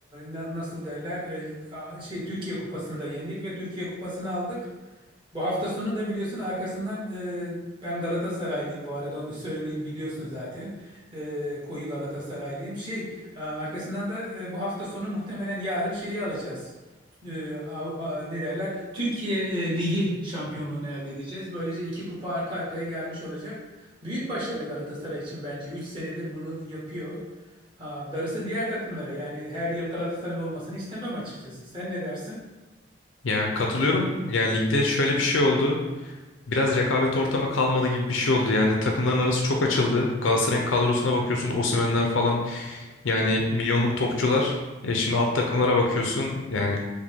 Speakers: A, on the right; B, on the left.
A: na- nasıl derler e, lig- a- şey Türkiye Kupası'nda yendik ve Türkiye Kupası'nı aldık. Bu hafta sonu da biliyorsun arkasından e, ben Galatasaraylıyım bu arada onu <laughs> söyleyeyim biliyorsun zaten. E, koyu Galatasaraylıyım. Şey e, arkasından da e, bu hafta sonu muhtemelen yarın şeyi alacağız e, Av- a- ne derler Türkiye e, Ligi şampiyonluğunu elde edeceğiz. Böylece iki kupa arka arkaya gelmiş olacak. Büyük başarı Galatasaray için bence. üç senedir bunu yapıyor. Ha, darısı diğer takımlara. Yani her yıl Galatasaray'ın olmasını istemem açıkçası. Sen ne dersin?
B: Yani katılıyorum. Yani ligde şöyle bir şey oldu. Biraz rekabet ortamı kalmadı gibi bir şey oldu. Yani takımların arası çok açıldı. Galatasaray'ın kadrosuna bakıyorsun. Osimhen'ler falan. Yani milyonluk topçular. E şimdi alt takımlara bakıyorsun. Yani